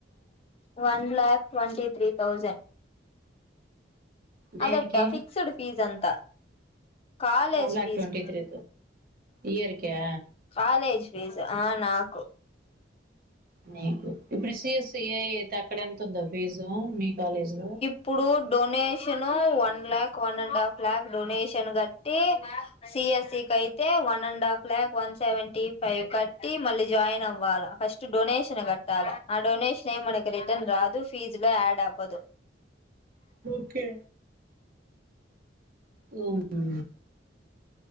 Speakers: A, on the left; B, on the right.
A: వన్లక్ ట్వంటీ త్రీ తౌసండ్
B: దేనికి
A: అదట్ట fixed ఫీజంతా college
B: one lock
A: fee
B: twenty
A: కొన్
B: త్రీ ఇయర్ కా
A: కాలేజ్ ఫీజ్ ఆ నాకు
B: నీకు ఇప్పుడు సిఎస్ ఏఐ అయితే అక్కడ ఎంతతుందో ఫీజు మీ కాలేజీ లో
A: ఇప్పుడు donation one luck one and half lock donation కట్టి సిఎస్సి కయితే one and half lock one seventy five కట్టి మళ్ళీ జాయిన్ అవ్వాలా ఫస్ట్ జు డొనేషన్ కట్ టాల అ డొనేషనే మనకు రిటర్న్ రాదు ఫీజ్లో యాడ్ అవ్వదు
B: ఓకే ఉమ్